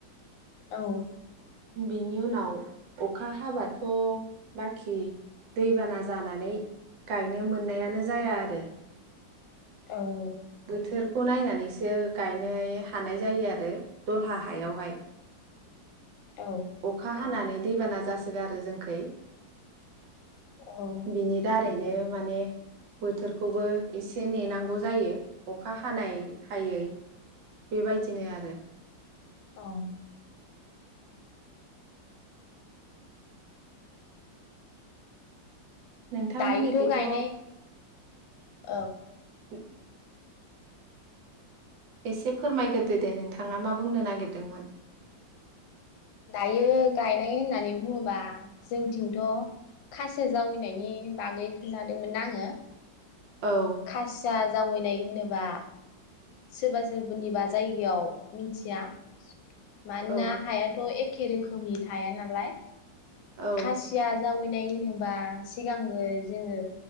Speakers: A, on the left; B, on the right.
A: औ
B: बिनि उनाव अखा हाबाथ' बाखि दैबाना ज जानानै गायनो मोननायानो जाया आरो
A: औ औ
B: बोथोरखौ नायनानैसो गायनाय हानाय जायो आरो दलहा हायावहाय।
A: औ
B: अखा हानानै दैबाना जासोगारो जोंखै।
A: औ
B: बिनि दारैनो माने माने बोथोरखौबो एसे नेनांगौ जायो अखा हा खानाय हायै बेबायदिनो आरो
A: औ
B: नोंथांमोननिखौथ'
A: दायोथ' गायनाय औ
B: <inaudible> एसे फोरमायग्रोदो दे नोंथाङा मा बुंनो नागिरदोंमोन।
A: दायो गायनाय होननानै बुङोबा जोंथिंथ' खासि जावैनायनि बागै खोनन्थादोंमोनना आङो।
B: औ
A: खसिया जावैनाय होनोबा सोरबा सोरबनिबा जायगायाव मिथिया। मानोना
B: औ
A: हाया एखे रोखोमनि थाया नालाय
B: औ
A: खासिया जावै नाय होनोबा सिगांगो जोङो